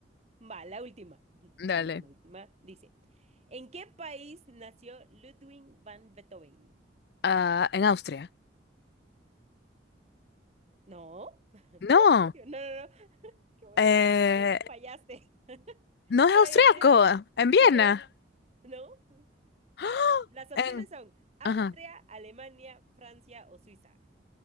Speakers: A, on the right; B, on the left.
A: Va, la última. <laughs>
B: Dale.
A: La última, la última. Dice, ¿en qué país nació Ludwig van Beethoven?
B: Ah, en Austria.
A: No. <laughs> Uy,
B: No,
A: no, no, no. Qué bueno.
B: eh,
A: Fallaste. <laughs> ¿No
B: no es austriaco,
A: hay opciones?
B: en Viena.
A: No, no, no. No.
B: ¡Ah!
A: Va. Las opciones
B: En,
A: son Austria,
B: ajá.
A: Alemania, Francia o Suiza.